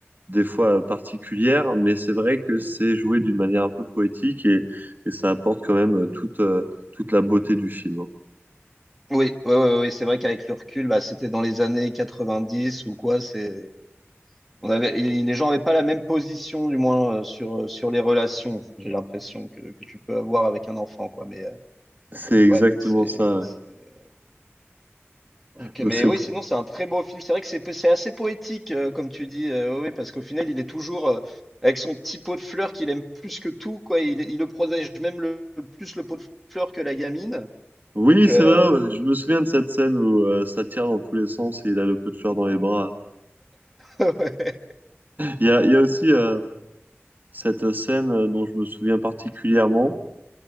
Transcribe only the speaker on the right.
des fois, euh, particulière, mais c'est vrai que c'est joué d'une manière un peu poétique et, et ça apporte quand même euh, toute, euh, toute la beauté du film. hein.
C'est exactement
ça. ouais.
Donc
c'est...
<laughs>
Oui,
c'est vrai, ouais, je me souviens de cette scène où euh, ça tire dans tous les sens et il a le pot de fleurs dans les bras.
Il y a, il y a aussi euh, cette scène euh, dont je me souviens particulièrement,